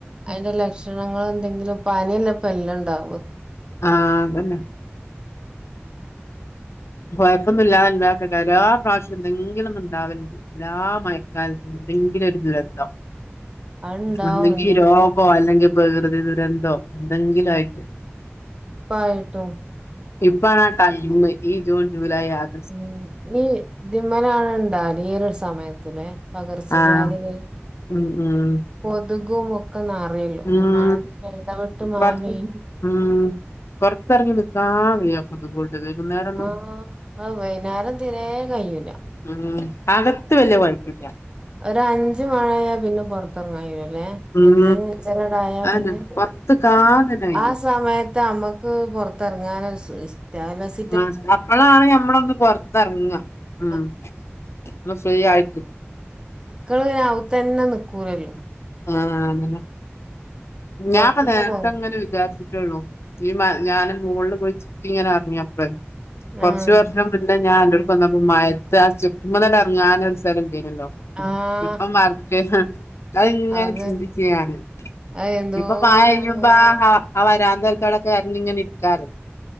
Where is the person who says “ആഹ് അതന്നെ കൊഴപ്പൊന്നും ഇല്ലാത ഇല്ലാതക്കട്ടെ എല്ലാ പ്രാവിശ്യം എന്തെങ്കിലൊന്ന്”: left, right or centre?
Left